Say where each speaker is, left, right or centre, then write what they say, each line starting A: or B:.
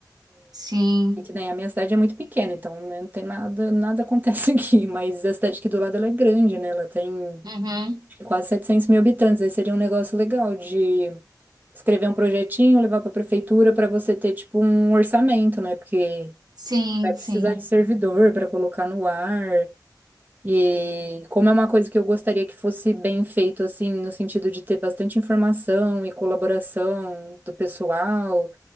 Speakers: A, on the right; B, on the right.
A: sim,
B: E que, né, a minha cidade é muito pequena, então né, não tem nada, nada acontece <laughs> aqui. Mas a cidade aqui do lado ela é grande, né? Ela tem
A: uhum,
B: acho que quase 700 mil habitantes. Aí seria um negócio legal de escrever um projetinho, levar para a prefeitura para você ter tipo um orçamento, né? Porque
A: sim,
B: vai precisar
A: sim,
B: de servidor para colocar no ar. E como é uma coisa que eu gostaria que fosse bem feito, assim, no sentido de ter bastante informação e colaboração do pessoal,